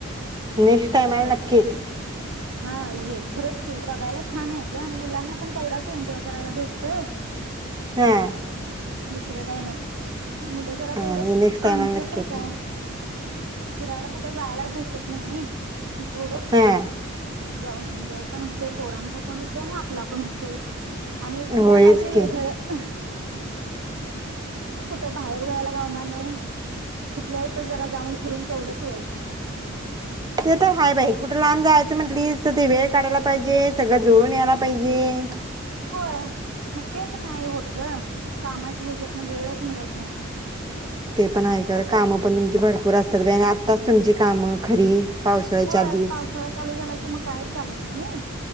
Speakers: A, on the right; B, on the right.
A: नेक्स्ट
B: काय
A: टाईमाला
B: करायचं?
A: नक्की येते.
B: हा ये खरंच की बघायला, छान आहे ग आणि मुलांना पण तेवढाच एन्जॉय करायला भेटतोय.
A: हम
B: दुसरे काही नाही मुलं जरा तेवढेच
A: आणि नेक्स्ट टाइमाला
B: आमच्यात
A: नक्की
B: रे
A: येते
B: काय फिरायला कुठे जायाला भेटत नाही, नाही मग तेवढंच
A: हा
B: जाऊन एन्जॉय पण होतोय, पोरांचा पण होतोय आणि आपला पण होतोय. आणि
A: होयच
B: जरा काहीतरी वेगळं
A: की
B: कुठ बाहेर जायला गावणार नाही, म्हणून तिथल्या येत जरा जाऊन फिरून तेवढंच ये.
A: ते तर हाय बाई कुठे लांब जायचं, म्हटलीस तर ते वेळ काढाला पाहिजे सगळं जूळून यायला पाहिजे.
B: होय मग तेच नाही, होत ग कामाच्या ह्याच्यातन वेळच मिळत नाही.
A: ते पण आहे
B: मग
A: कर
B: काय करणार.
A: काम पण तुमची भरपूर असत्यात आणि आत्ताच तुमची कामं खरी पावसाळ्याच्या
B: होय
A: आधीच
B: पावसाळा चालू झाला. मग कायच चालत नाही ने.